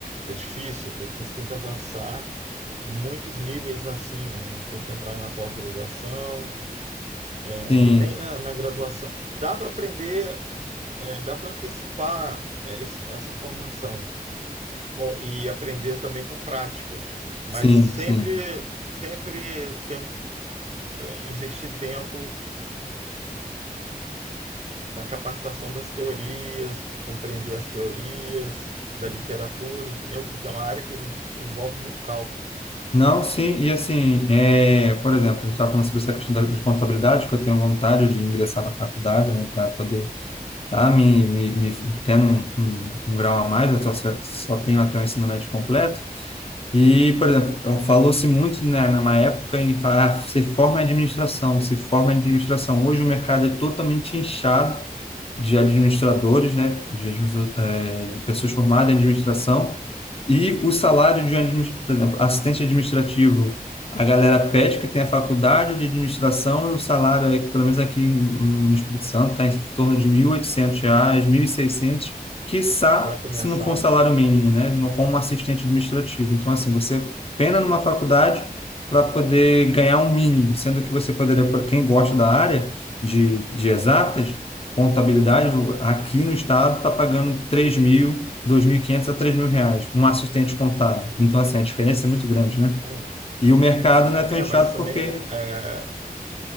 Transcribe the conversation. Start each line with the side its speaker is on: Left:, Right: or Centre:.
Right: É difícil, porque você tem que avançar muitos níveis acima. Você tem que entrar na pós-graduação, eh,
Left: sim.
Right: nem na, na graduação. Dá para aprender, eh, dá para antecipar, eh, esse- essa formação Ó, e aprender também com prática, mas
Left: Sim,
Right: sempre,
Left: sim.
Right: sempre tendo que, eh, investir tempo na capacitação das teorias, de compreender as teorias, da literatura, entendeu? Porque é uma área que envolve muito cálculo
Left: Não, sim, e assim, é, por exemplo, a gente estava falando sobre essa questão da, de contabilidade, que eu tenho vontade de ingressar na faculdade, né, para poder estar me, me, me tendo um, um, um grau a mais, eu só, só tenho até o ensino médio completo. E, por exemplo, eu- falou-se muito, né, numa época em falar, ah, se forma em administração, se forma em administração. Hoje o mercado é totalmente inchado de administradores, né, de, administra- eh, de pessoas formadas em administração, e o salário de, um adminis- por exemplo, assistente administrativo, a galera pede que tenha faculdade de administração e o salário, é, pelo menos aqui em- no Espírito Santo, está em torno de 1.800 reais, 1.600, quiçá
Right: para começar,
Left: se não for um salário
Right: né?
Left: mínimo, né, não- como assistente administrativo. Então, assim, você pena numa faculdade para poder ganhar um mínimo, sendo que você poderia, quem gosta da área de de exatas, contabilidade aqui no estado está pagando três mil, 2.500 a três mil reais, um assistente contábil. Então, assim, a diferença é muito grande, né?
Right: É,
Left: E o mercado não é tão
Right: é,
Left: inchado
Right: mas também,
Left: porque...
Right: é,